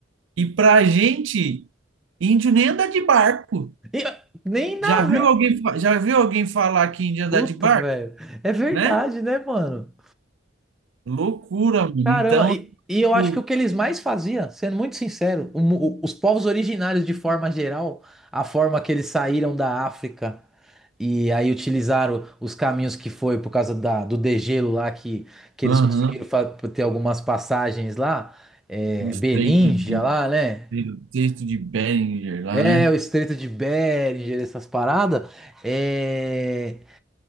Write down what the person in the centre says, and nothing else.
e nem na
vé.
Puta,
velho. É verdade,
né, mano?
Caramba,
e, e
eu acho que o que eles mais faziam, sendo muito sincero, o mu- o- os povos originários de forma geral, a forma que eles saíram da África e aí utilizaram os caminhos que foi por causa da, do degelo lá, que, que eles
conseguiram fa- ter algumas passagens lá, é,
Beríngia
lá, né?
É,
o Estreito de Bering, essas paradas. é,